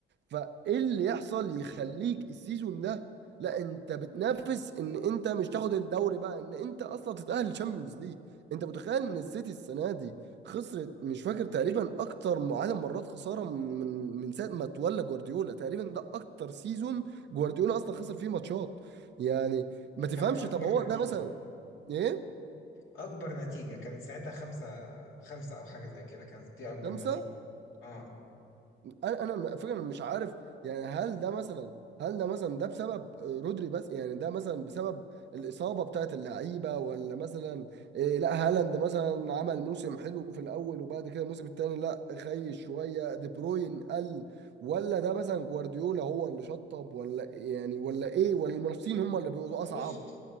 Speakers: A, on the right; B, on the left.
A: فايه اللي يحصل يخليك السيزون ده لا انت بتنافس ان انت مش تاخد الدوري بقى ان انت اصلا تتأهل تشامبيونز ليج انت متخيل ان السيتي السنة دي خسرت مش فاكر تقريبا اكتر م- عدد مرات خسارة من من ساعة ما تولى جوارديولا تقريبا ده اكتر سيزون جوارديولا اصلا خسر فيه ماتشات يعني ما تفهمش
B: كانت اكبر
A: طب هو
B: نتيجه
A: ده مثلا ايه
B: اكبر نتيجه كانت ساعتها خمسة خمسة او حاجه زي كده كانت دي اكبر
A: خمسة
B: نتيجه اه
A: انا انا م- فكرة مش عارف يعني هل ده مثلا هل ده مثلا ده بسبب آه، رودري بس يعني ده مثلا بسبب الإصابة بتاعت اللعيبة ولا مثلا إيه لا هالاند مثلا عمل موسم حلو في الأول وبعد كده الموسم التاني لا خيش شوية دي بروين قل ولا ده مثلا جوارديولا هو اللي شطب ولا يعني ولا إيه ولا المنافسين هم اللي بيبقوا أصعب
B: بص